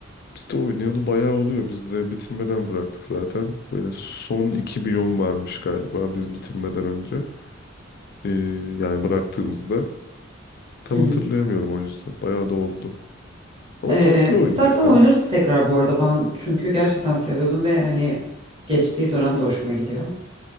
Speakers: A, on the left; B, on the right.
A: Biz de oynayalı bayağı oluyor. Biz de bitirmeden bıraktık zaten. Böyle son iki biyom varmış galiba biz bitirmeden önce. Ee, yani bıraktığımızda. Tam
B: Hı hı.
A: hatırlayamıyorum o yüzden. Bayağı da oldu. Ama
B: Eee
A: tatlı bir
B: istersen
A: oyundu
B: oynarız
A: ya.
B: tekrar bu arada. Ben çünkü gerçekten seviyordum ve hani geçtiği dönemde hoşuma gidiyor.